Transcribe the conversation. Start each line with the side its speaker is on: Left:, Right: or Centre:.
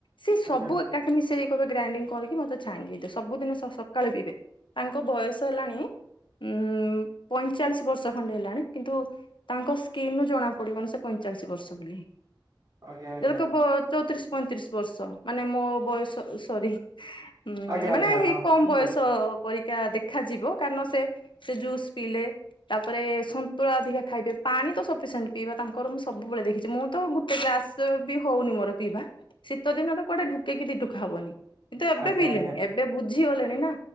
Left: ସିଏ ସବୁ
Right: ଆଜ୍ଞା।
Left: ତାକୁ ମିଶେଇକି କହିବେ ଗ୍ରାଇଣ୍ଡିଙ୍ଗ୍ କରିକି ମତେ ଛାଣିକି ଦେ ସବୁଦିନେ ସକାଳେ ପିବେ। ତାଙ୍କ ବୟସ ହେଲାଣି ଉଁ ପଇଁଚାଳିଶ ବର୍ଷ ଖଣ୍ଡେ ହେଲାଣି କିନ୍ତୁ ତାଙ୍କ ସ୍କିିନୁ ଜଣା ପଡିବନି ସେ ପଇଁଚାଳିଶି ବର୍ଷ ବୋଲି।
Right: ଆଜ୍ଞା ଆଜ୍ଞା
Left: ଏଵେକ ଚଉତିରିଶ ପଇଁତିରିଶ ବର୍ଷ ମାନେ ମୋ ବୟସ ସରି। ହଁ
Right: ଆଜ୍ଞା
Left: ମାନେ
Right: ଆଜ୍ଞା
Left: ହେଇ
Right: ହଁ
Left: କମ
Right: ଠିକ
Left: ବୟସ
Right: ଅଛି
Left: ପରିକା ଦେଖାଯିବ କାରଣ ସେ ଯୁସ୍ ପିଇଲେ। ତାପରେ ସନ୍ତୁଳା ଅଧିକା ଖାଇବେ ପାଣି ତ ସଫିସିଣ୍ଟ୍ ପିଇବା ତାଙ୍କର ମୁଁ ସବୁବେଳେ ଦେଖିଛି ମୁଁ ତ ଗୁ ଏତେ ଗ୍ରାସ ବି ହଉନି ମୋର ପିଇବା ଶୀତ ଦିନ ର କୁଆଡେ ଢୁ କେ କି ଦିଢୁକା ହବନି। କିନ୍ତୁ ଏବେ
Right: ଆଜ୍ଞା
Left: ପିଇିଲେଣି
Right: ଆଜ୍ଞା
Left: ଏବେ ବୁଝିଗଲେଣି ନା